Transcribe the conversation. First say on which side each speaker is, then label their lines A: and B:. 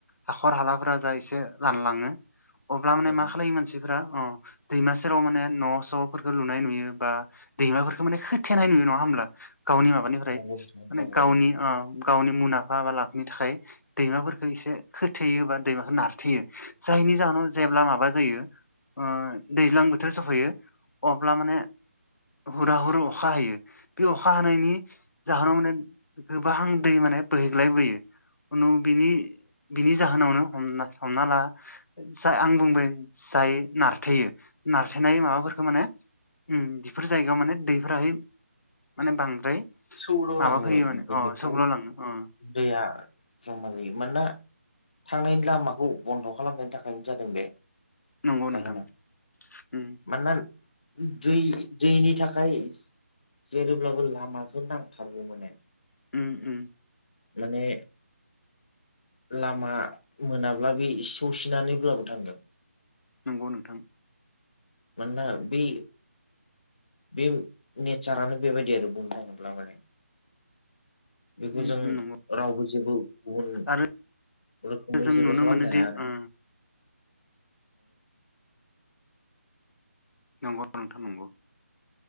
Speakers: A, on the left (about 85°); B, on the left (about 35°).
A: हाखर हालाफोरा जा एसे रानलाङो अब्ला
B: नंगौ
A: माने मा खालायो मानसि फोरा अ दैमा सेराव माने न' स'फोरखौ लुनाय नुयो बा दैमाफोरखौ माने खोथेनाय नुयो नङा होमब्ला गावनि माबा माबानिफ्राय
B: नंगौ नोंथां
A: माने
B: नंगौ
A: गावनि गावनि मुलामफा बा लाब थाखाय दैमाफोरफोरखौ एसे खोथेयो बा दैमाखौ नारथेयो। जायनि जाहोनाव
B: नंगौ
A: जेब्ला माबा जायो ओ दैज्लां बोथोर सफैयो अब्ला माने हुरा हुर अखा हायो बे अखा हानायनि जाहोनाव माने गोबां दै माने बोहैग्लायबोयो उनाव बिनि बिनि जाहोनावनो हमना हमना ला जा आं बुंबाय जायो नारथेयो नारथेनाय माबाफोरखौ माने ओम बेफोर जायगायाव माने दैफोराहाय माने बांद्राय
B: सौदावलाङो
A: माबा फैयो माने
B: बेनिफ्राय
A: अ सौग्राव लाङो अ
B: दैया जमालायो मानोना थांनायनि लामाखौ बन्द' खालामनायनि थाखायनो जादों बे
A: नंगौ
B: जाहोना
A: नोंथां उम
B: मानोना दै दैनि थाखाय जेरैब्लाबो लामाखौ नांथारगौ माने।
A: ओम ओम
B: माने लामा मोनाब्ला बे सौसिनानैब्लाबो थांगोन।
A: नंगौ नोंथां
B: मानोना बे बे नेचारानो बेबायदि आरो बुंनो थाङोब्ला माने
A: उम
B: बेखौ जों
A: उम नंगौ
B: रावबो जेबो गुबुन
A: आरो
B: रोखोमै
A: जों
B: जेबो
A: नुनो
B: खालामनो
A: मोनोदि
B: हाया आरो
A: ओ नंगौ नोथां नंगौ